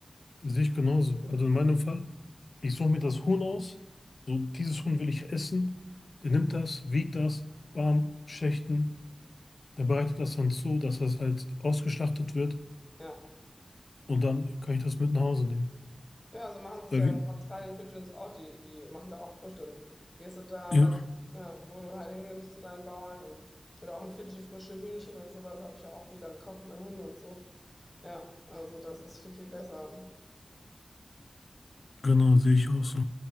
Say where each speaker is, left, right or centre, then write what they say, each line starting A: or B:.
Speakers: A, on the left; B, on the left.
A: Sehe ich genauso. Also in meinem Fall, ich suche mir das Huhn aus. So, dieses Huhn will ich essen. Der nimmt das, wiegt das, bam, Schächten. Der bereitet das dann zu, dass das halt ausgeschlachtet wird.
B: Ja.
A: Und dann kann ich das mit nach Hause nehmen.
B: Ja, ja so machen sie
A: Weil
B: es ja
A: wir-
B: in Australien, Fidschi und so auch. Die, die machen da auch frisch. Dann gehst du da,
A: Ja,
B: weißt, ja, wo du halt hingehen musst zu deinen Bauern und oder auch in Fidschi frische Hühnchen und sowas habe ich ja auch wieder gekauft für meine Hunde und so. Ja, also das ist viel, viel besser.
A: genau, sehe ich auch so.